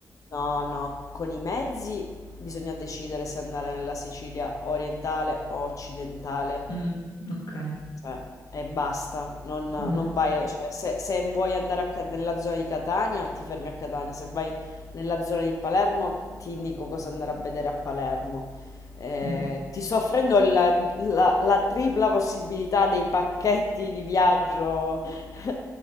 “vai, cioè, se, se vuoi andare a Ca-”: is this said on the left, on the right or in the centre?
Left